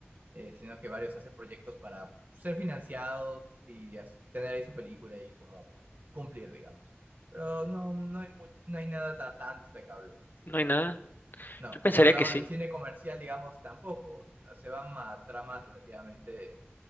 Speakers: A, on the right; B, on the left.
A: eh, sino que varios hacen proyectos para ser financiados y as- tener ahí su película y como cumplir, digamos. Pero no, no hay mu- no hay nada ta- tan destacable, así
B: no
A: que
B: hay nada.
A: no.
B: Yo pensaría
A: Y por el lado
B: que sí.
A: del cine comercial, digamos, tampoco. Se van a tramas relativamente